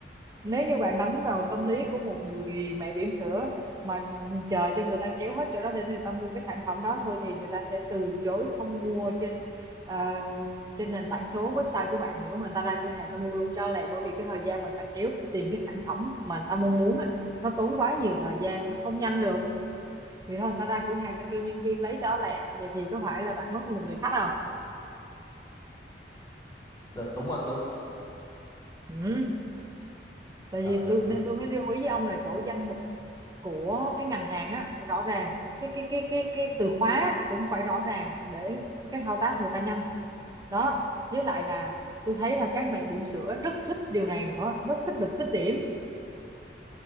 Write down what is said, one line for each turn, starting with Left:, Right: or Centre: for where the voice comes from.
Right: nếu như bạn đánh vào tâm lý của một người mẹ bỉm sữa mà chờ cho người ta kéo hết chỗ đó để người ta mua cái sản phẩm đó thôi thì người ta sẽ từ chối không mua trên ờ, trên nền tảng số website của bạn nữa mà người ta ra cửa hàng người ta mua luôn cho lẹ bởi vì cái thời gian mà người ta kéo tìm cái sản phẩm mà người ta mong muốn á nó tốn quá nhiều thời gian nó không nhanh được thì thôi người ta ra cửa hàng người ta kêu nhân viên lấy cho lẹ vậy thì có phải là bạn mất đi một người khách không
Left: Đ- đúng á đúng
Right: ừ. tại
Left: Trời
Right: vì
Left: ơi
Right: tôi
Left: có-
Right: nên
Left: gì-
Right: tôi mới lưu ý với ông là chỗ danh mục của cái ngành hàng á phải rõ ràng cái cái cái cái cái từ khóa cũng phải rõ ràng để cái thao tác người ta nhanh đó với lại là tôi thấy là các mẹ bỉm sữa rất thích điều này nữa rất thích được tích điểm